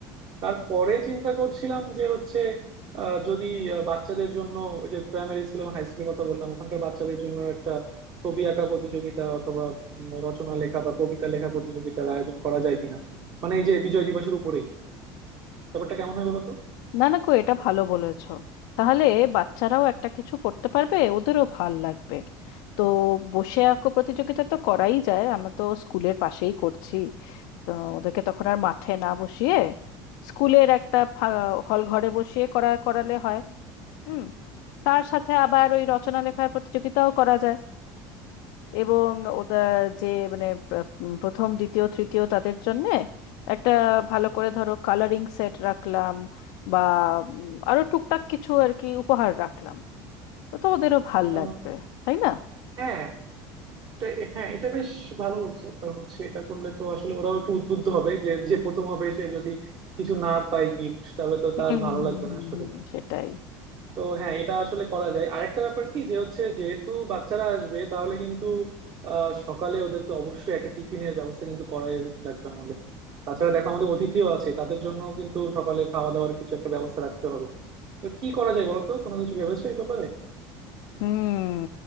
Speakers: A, on the right; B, on the left.
A: তারপরে চিন্তা করছিলাম যে হচ্ছে আহ, যদি আহ, বাচ্চাদের জন্য ওই যে প্রাইমারি স্কুল এবং হাই স্কুলের কথা বললাম ওখানকার বাচ্চাদের জন্য একটা ছবি আঁকা প্রতিযোগিতা অথবা উম, রচনা লেখা বা কবিতা লেখা প্রতিযোগিতার আয়োজন করা যায় কিনা মানে এই যে বিজয় দিবসের উপরেই ব্যাপারটা কেমন হয় বলতো
B: না না কো এটা ভালো বলেছো তাহলে বাচ্চারাও একটা কিছু করতে পারবে ওদেরও ভাল লাগবে তো বসে আঁকো প্রতিযোগিতা তো করাই যায় আমরা তো স্কুলের পাশেই করছি তো ওদেরকে তখন আর মাঠে না বসিয়ে স্কুলের একটা হল ঘরে বসিয়ে করা করালে হয় হুম তার সাথে আবার ওই রচনা লেখার প্রতিযোগিতাও করা যায় এবং ওদের যে মানে প্র- উম, প্রথম দ্বিতীয় তৃতীয় তাদের জন্যে একটা ভালো করে ধরো কালারিং সেট রাখলাম বা উম, আরো টুকটাক কিছু আর কি উপহার রাখলাম তো তো ওদেরও ভাল
A: আহ,
B: লাগবে তাই না
A: হ্যাঁ এটা হ্যাঁ এটা বেশ ভালো বলছো কারণ হচ্ছে এটা করলে তো আসলে ওরাও একটু উদ্বুদ্ধ হবে যে যে প্রথম হবে সে যদি কিছু না পায় গিফট তাহলে তো তার
B: হুম
A: ভালো
B: হুম,
A: লাগবে
B: হুম,
A: না আসলে
B: হুম, সেটাই
A: তো হ্যাঁ এটা আসলে করা যায় আরেকটা ব্যাপার কি যে হচ্ছে যেহেতু বাচ্চারা আসবে তাহলে কিন্তু আহ, সকালে ওদেরকে অবশ্যই একটা টিফিনের ব্যবস্থা কিন্তু করাই লাগবে আমাদের তাছাড়া দেখো আমাদের অতিথিও আছে তাদের জন্য কিন্তু সকালে খাওয়া দাওয়ার কিছু একটা ব্যবস্থা রাখতে হবে তো কি করা যায় বলো তো কোনো কিছু ভেবেছো এই ব্যাপারে
B: হুম